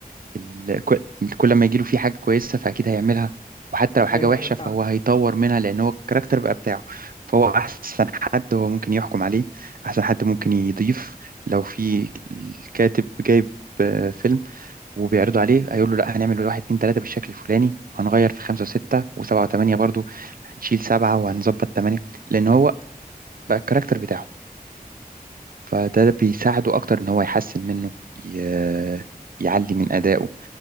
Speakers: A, on the right; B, on the left.
A: ال- كل كل ما يجيله فيه حاجة كويسة فأكيد هيعملها وحتى لو حاجة
B: ايوه
A: وحشة
B: ايوه فعلا
A: فهو هيطور منها لأن هو الكاركتر بقى بتاعه فهو أحسن حد هو ممكن يحكم عليه أحسن حد ممكن يضيف لو في الكاتب جايب آه، فيلم وبيعرضوا عليه هيقول له لا هنعمل واحد اتنين تلاتة بالشكل الفلاني وهنغير في خمسة وستة وسبعة وتمانية برضو هنشيل سبعة وهنظبط تمانية لأن هو بقى الكاركتر بتاعه فده بيساعده أكتر إن هو يحسن منه ي... يعلي من أدائه